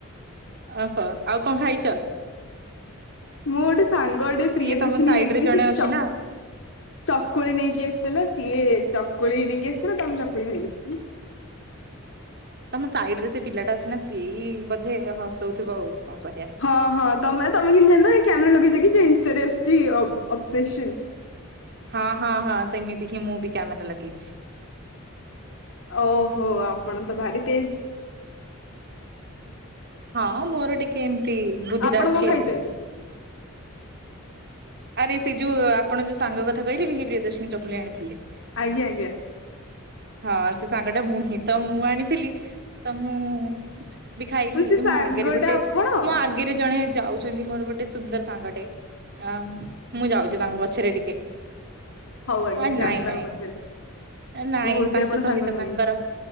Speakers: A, on the right (about 50°); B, on the left (about 65°).
A: ଓହୋ ଆଉ କଣ ଖାଇଚ?
B: ମୁଁ ଗୋଟେ ସାଙ୍ଗଟେ ପ୍ରିୟଦର୍ଶନୀ
A: ତମ ସାଇଡ
B: କହିକି
A: ରେ ଜଣେ
B: ସେ
A: ଅଛି
B: ଚ
A: ନା।
B: ଚକୁଳି ନେଇକି ଆସିଥିଲା ସିଏ ଚକୁଳି ନେଇକି ଆସିଥିଲା ତ ଆମେ ଚକୁଳି ଖାଇଲୁ।
A: ତମେ ସାଇଡରେ ସେ ପିଲାଟା ଅଛି ନା ସିଏ ହିଁ ବୋଧେ ହସଉଥିବ ଆଉ। କଣ କରିବା।
B: ହଁ ହଁ ତମେ ତମେ କେମିତି ଜାଣିଲ କ୍ୟାମେରା ଲଗେଇଛ କି? ଇଂଷ୍ଟା ଆସୁଚି ଅବ ଅବସେସନ୍।
A: ହଁ ହଁ ହଁ ସେମିତି ହିଁ ମୁଁ ବି କ୍ୟାମେରା ଲଗେଇଛି।
B: ଓହୋ ଆପଣ ତ ଭାରି ତେଜ୍।
A: ହଁ ମୋର ଟିକେ ଏମିତି ବୁଦ୍ଧିଟା
B: ଆପଣ
A: ଅଛି
B: କଣ ଖାଇଛନ୍ତି?
A: ଆଉ। ଆରେ ସେ ଯଉ ଆପଣ ଯୋଉ ସାଙ୍ଗକଥା କହିଲେନି କି ପ୍ରିୟଦର୍ଶିନୀ ଚକୁଲି ଆଣିଥିଲେ।
B: ଆଜ୍ଞା ଆଜ୍ଞା।
A: ହଁ ସେ ସାଙ୍ଗଟା ମୁଁ ହିଁ ତ ମୁଁ ଆଣିଥିଲି ତ ମୁଁ ବି ଖାଇଲି
B: ଓ ସେ ସାଙ୍ଗଟା
A: ମୋ ଆଗରେ ଗୋଟେ
B: ଆପଣ?
A: ମୋ ଆଗରେ ଜଣେ ଯାଉଛନ୍ତି ମୋର ଗୋଟେ ସୁନ୍ଦର ସାଙ୍ଗଟେ ଆ ମୁଁ ଯାଉଚି ତାଙ୍କ ପଛରେ ଟିକେ।
B: ହଉ ଆଜ୍ଞା
A: ହ
B: ଯାଆନ୍ତୁ
A: ନାଇଁ
B: ତାଙ୍କ
A: ନାଇଁ।
B: ପଛରେ
A: ନାଇଁ
B: ଓହୋ ସେ
A: ତାଙ୍କ
B: ଆପଣ
A: ସହିତ
B: ସାଙ୍ଗ ନୁହଁନ୍ତି
A: ତାଙ୍କର